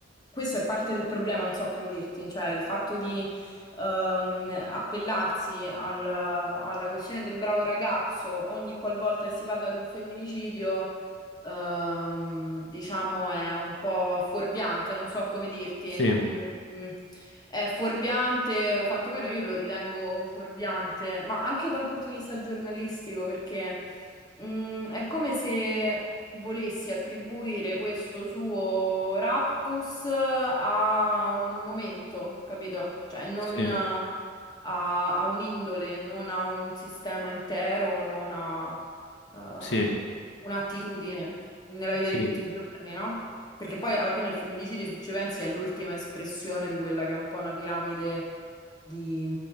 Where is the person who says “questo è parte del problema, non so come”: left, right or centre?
Left